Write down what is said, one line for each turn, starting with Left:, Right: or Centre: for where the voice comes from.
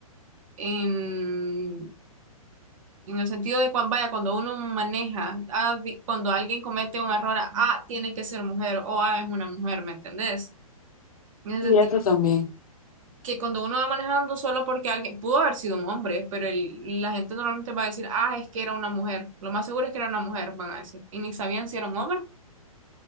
Right: en, en el sentido de cuando, vaya, cuando uno maneja, ah, vi- cuando alguien comete un error, ah, tiene que ser mujer o ah, es una mujer, ¿me entendés? En el
Left: Y
Right: sentido,
Left: eso también.
Right: que cuando uno va manejando solo porque alguien pudo haber sido un hombre, pero el- la gente normalmente va a decir, ah, es que era una mujer. Lo más seguro es que era una mujer, van a decir. Y ni sabían si era un hombre.